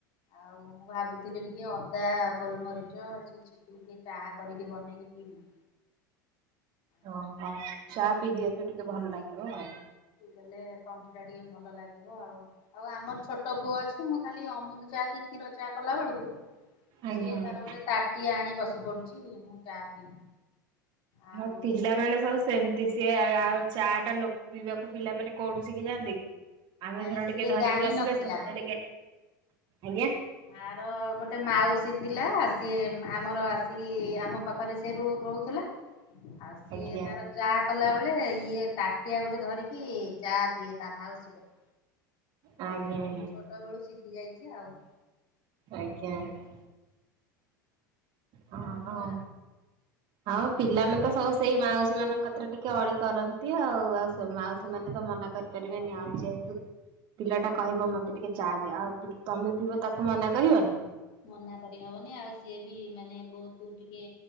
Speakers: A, on the left; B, on the right.
A: ଆଉ। ମୁଁ ଭାବୁଥିଲି ଟିକେ ଅଦା ଗୋଲମରିଚ ଏ ସବୁ ଛେଚିକି ଟିକେ ଚାହା କରିକି ବନେଇକି ପିଇବି। ଆଉ
B: ଓହୋ ଚା ପିଇ ଦିଅନ୍ତୁ ଟିକେ ଭଲ ଲାଗିବ ଆଉ।
A: ଦେଲେ ତଣ୍ଟିଟା ଟିକେ ଭଲ ଲାଗିବ ଆଉ। ଆଉ ଆମର ଛୋଟ ପୁଅ ଅଛି ମୁଁ ଖାଲି ଅମୁଲ ଚାହା କି କ୍ଷୀର ଚା କଲା ବେଳକୁ।
B: ଆଜ୍ଞା
A: ସିଏ ତାର
B: ଆଜ୍ଞା।
A: ଗୋଟେ ତାଟିଆ ଆଣି ବସି ପଡୁଛି ମୁଁ ଚା ପିଇବି। ଆଉ
B: ହଁ ପିଲାମାନେ ସବୁ ସେମ୍ ସେ ଆଉ ଚା ଟା ଲୋକ ପିଇବାକୁ ପିଲାମାନେ କୋଉଠୁ ଶିଖି ଯାଆନ୍ତି କି। ଆମେ
A: ନାଇଁ
B: ଘର ଟିକେ
A: ସିଏ
B: ଧରିକି
A: ଜାଣି
B: ବସିଲେ
A: ନଥିଲା
B: ସେମାନେ ଟିକେ ଆଜ୍ଞା।
A: ଆ ର ଗୋଟେ ମାଉସୀ ଥିଲା ସିଏ ଆମର ଆସିକି ଆମ ପାଖରେ ସେ ରୋ ରହୁଥିଲା। ଆଉ। ସିଏ
B: ଆଜ୍ଞା
A: ତାର ଚା କଲା ବେଳେ ଇଏ ତାଟିଆ ଗୋଟେ ଧରିକି ଚା ପିଏ ତା ମାଉସୀ କତୁରୁ।
B: ଆଜ୍ଞା
A: ସେ
B: ଆଜ୍ଞା
A: ଜେହେତୁ ଛୋଟ ବେଳୁ ଶିଖି ଯାଇଛି ଆଉ।
B: ଆଜ୍ଞା ଆଜ୍ଞା। ହଁ
A: ଆଉ
B: ହଉ। ହଁ ପିଲାମାନେ ତ ସବୁ ସେଇ ମାଉସୀ ମାନଙ୍କ କଥାରେ ଟିକେ ଅଳି କରନ୍ତି ଆଉ ଆଉ ସବୁ ମାଉସୀ ମାନେ ତ ମନା କରିପାରିବେନି
A: ହଁ
B: ଆଉ ଯେହେତୁ। ପିଲା ଟା କହିବ ମତେ ଟିକେ ଚା ଦିଅ ଆଉ ତମେ ପିିଇବ ତାକୁ ମନା କରିବ ନି ନା।
A: ମନା କରିହବନି ଆଉ ସିଏ ବି ମାନେ ବହୁତ ଟିକେ